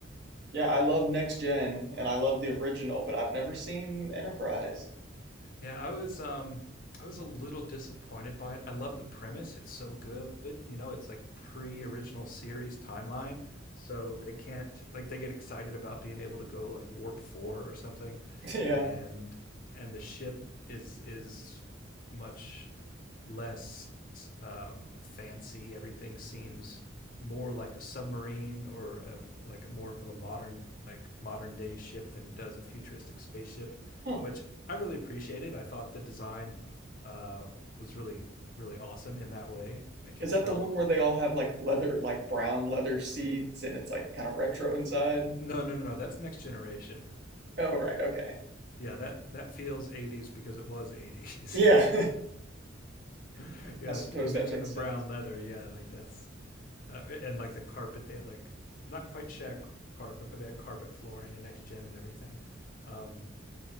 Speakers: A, on the right; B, on the left.
A: yeah, I love Next Gen and I love the original, but I've never seen Enterprise.
B: Yeah, I was um I was a little disappointed by it. I love the premise. It's so good. You know, it's like pre-original series timeline. So they can't like they get excited about being able to go like warp 4 or something
A: <laughs> yeah.
B: and and the ship is is much less um, fancy. Everything seems more like a submarine or um, like a, more of a modern like modern day ship than it does a futuristic spaceship,
A: Huh.
B: which I really appreciated. I thought the design uh, was really really awesome in that way. Like
A: Is
B: it
A: that
B: felt
A: the one where they all have like leather, like brown leather seats and it's like kind of retro inside?
B: no no no no that's next generation.
A: Oh, right. Okay.
B: Yeah, that that feels 80s because it was 80s.
A: Yeah.
B: <laughs>
A: <laughs>
B: yes,
A: I suppose
B: you mentioned
A: that makes
B: the brown
A: sense.
B: leather. Yeah, like that's uh, and like the carpet. They had like not quite shag carpet, but they had carpet flooring and next gen and everything. Um,